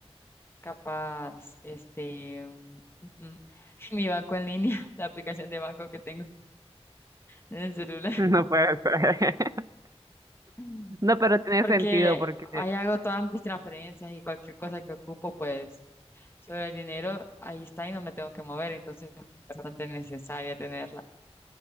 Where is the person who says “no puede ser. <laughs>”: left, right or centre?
Right